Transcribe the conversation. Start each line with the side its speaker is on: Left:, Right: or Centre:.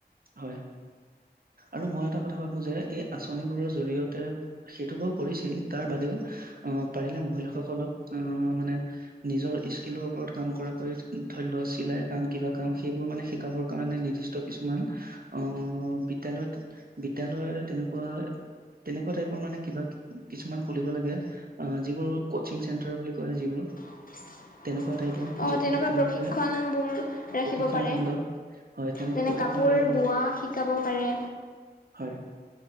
Right: হয়, আৰু মই এটা কথা ভাবোঁ যে এই আঁচনিবোৰৰ জৰিয়তে সেইটো বাৰু কৰিছে তাৰ বাদেও আহ পাৰিলে মহিলাসকলক আহ মানে নিজৰ স্কিলৰ ওপৰত কাম কৰা কৰি ধৰি লওক চিলাই কাম কিবা কাম সেইবোৰ মানে শিকাবৰ কাৰণে নিৰ্দিষ্ট কিছুমান আহ বিদ্যালয়ত বিদ্যালয়ৰ তেনেকুৱা তেনেকুৱা টাইপৰ মানে কিবা কিছুমান খুলিব লাগে। অ যিবোৰ কচিং চেণ্টাৰ বুলি কয় যিবোৰ।
Left: <unintelligible>
Right: তেনেকুৱা টাইপৰ।
Left: আহ
Right: য'ত
Left: তেনেকুৱা
Right: নেকি তেওঁলোকে
Left: প্ৰশিক্ষণ বোৰ ৰাখিব
Right: প্ৰশিক্ষণ
Left: পাৰে
Right: কেন্দ্ৰ হয় তেনেকুৱা
Left: যেনে
Right: প্ৰশিক্ষণ
Left: কাপোৰ
Right: কেন্দ্ৰ
Left: বোৱা শিকাব পাৰে।
Right: হয়।